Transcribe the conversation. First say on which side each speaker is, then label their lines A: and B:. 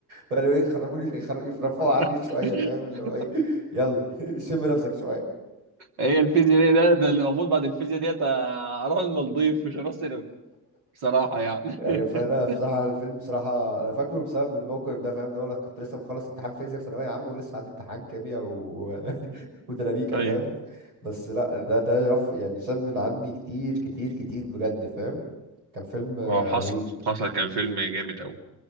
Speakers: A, on the right; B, on the right.
A: فقالوا ايه خرجوني يخر- يرفعوا عني
B: <laughs>
A: شويه فاهم اللي هو ايه يلا <laughs> شم نفسك شويه
B: هي الفيزياء دي، ده ده اللي المفروض بعد الفيزياء ديت اروح المالديف مش هروح سينما بصراحة يعني
A: يعني
B: <laughs>
A: فانا بصراحه الفيلم بصراحه انا فاكره بسبب الموقف ده فاهم ان هو انا كنت لسه مخلص امتحان فيزياء في ثانويه عامه ولسه عندي امتحان كيمياء و... <laughs> وديناميكا
B: ايوه
A: فاهم بس لا ده ده رف يعني شم من عني كتير كتير كتير بجد فاهم كان فيلم آه،
B: اه حصل
A: رهيب
B: حصل كان فيلم جامد قوي